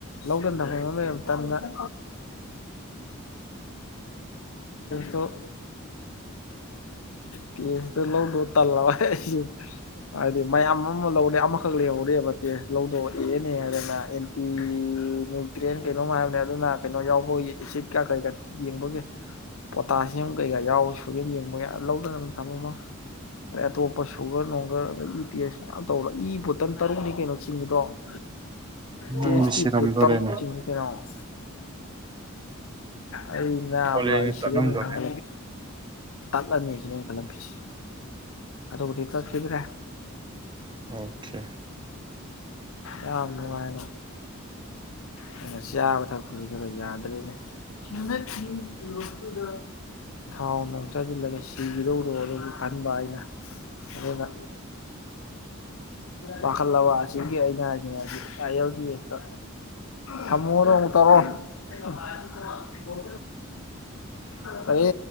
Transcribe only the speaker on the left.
ꯂꯧꯗꯟꯗ ꯍꯪꯉ ꯂꯩꯔꯃꯤ ꯇꯟꯗ <unintelligible> ꯇꯣ <unintelligible> ꯀꯦꯁꯇ ꯂꯧꯗꯣ ꯇꯜꯂꯕ <unintelligible> ꯍꯥꯏꯗꯤ ꯃꯌꯥꯝ ꯑꯃ ꯂꯧꯔꯦ ꯑꯝ ꯃꯈꯛ ꯂꯩꯍꯧꯔꯤꯕ ꯇꯦꯁ ꯂꯧꯗꯣ ꯑꯦ ꯑꯦꯟ ꯑꯦ ꯍꯥꯏꯗꯅ ꯑꯦꯟꯇꯤ ꯅ꯭ꯌꯨꯇ꯭ꯔꯦꯟ ꯀꯩꯅꯣꯝ ꯍꯥꯏꯕꯅꯦ ꯑꯗꯨꯅ ꯀꯩꯅꯣ ꯌꯥꯎꯕꯒꯤ ꯑꯦꯁꯤꯠ ꯀꯥ ꯀꯔꯤ ꯀꯥ ꯌꯦꯡꯕꯒꯤ ꯄꯣꯇꯥꯁꯤꯌꯝ ꯀꯩ ꯀꯥ ꯌꯥꯎꯕꯒꯤ ꯄꯛꯌꯦꯡ ꯌꯦꯡꯕꯒꯤ ꯌꯥ ꯂꯧꯗꯅ ꯑꯗꯨꯝ ꯊꯝꯃꯝꯃꯣ ꯑꯗꯩ ꯑꯇꯣꯞꯄ ꯄ ꯁꯨꯒꯔ ꯅꯨꯡꯒꯔ ꯑꯗꯩ ꯏ ꯇꯦꯁ ꯃꯌꯥꯝ ꯇꯧꯔ ꯏ ꯕꯣꯠ ꯇꯟ ꯇꯔꯨꯛꯅꯤ ꯀꯩꯅꯣ ꯆꯤꯡꯉꯤꯗꯣ
ꯇꯦꯁꯇ꯭ꯌꯨꯕ
ꯇꯣ ꯇꯔꯨꯛ ꯆꯤꯡꯉꯤ ꯀꯩꯅꯣ ꯑꯩ ꯅꯥꯕ
ꯑꯩ
ꯁꯤꯒꯩꯅꯤ ꯅꯥꯕ ꯇꯠꯂꯅꯤ ꯁꯤꯅꯤ ꯑꯩꯅ ꯈꯜꯂꯝꯃꯤꯁꯤ ꯑꯗꯨꯕꯨꯗꯤ ꯆꯠꯈꯤꯗ꯭ꯔꯦ
ꯌꯥꯝ ꯅꯨꯡꯉꯥꯏꯅ ꯑꯩ ꯉꯁꯤ ꯆꯥꯕ ꯊꯛꯄꯁꯤ ꯈꯔ ꯌꯥꯗ꯭ꯔꯦꯅꯦ ꯍꯟꯗꯛꯀꯤ ꯏ꯭ꯌꯨꯔꯣꯞꯇꯨꯗ ꯊꯥꯎ ꯅꯣꯡ ꯆꯥꯁꯤꯜꯂꯒ ꯁꯤꯒꯤꯗꯧꯔꯣꯅꯁꯨ ꯈꯟꯕ ꯑꯩꯅ ꯑꯗꯨꯅ ꯄꯥꯈꯠꯂꯕ ꯑꯁꯤꯒꯤ ꯑꯩꯅ ꯍꯥꯏꯁꯤꯅꯤ ꯑꯁꯤ ꯑꯥꯏ ꯑꯦꯜ ꯇꯤ ꯑꯦꯁꯇ ꯊꯝꯃꯣ ꯍꯣꯔꯦꯟ ꯑꯃꯨꯛ ꯇꯧꯔꯛꯑꯣ ꯀꯔꯤ